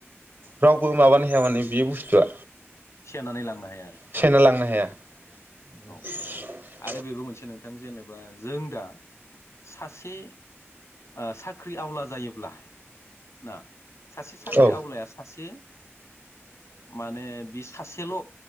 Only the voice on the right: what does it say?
रावबो माबानो हाया मानोे बे बुस्थुआ
सेना लांनो हाया <inaudible>
औ